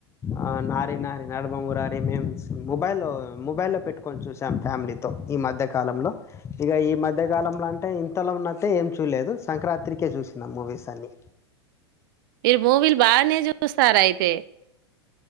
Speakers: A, on the left; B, on the right.
A: ఆ నారి నారి నడుమమురారి మేము మొబైల్ మొబైల్లో పెట్టుకు చూసాం ఫ్యామిలీతో ఈ మధ్య కాలంలో ఇక ఈ మధ్య కాలంలో అంటే ఇంతలో ఉన్నంటే ఏం చూలే లేదు సంక్రాంతికే చూసినా మూవీస్ అన్ని
B: మీరు మూవీలు బానే చూస్తార అయితే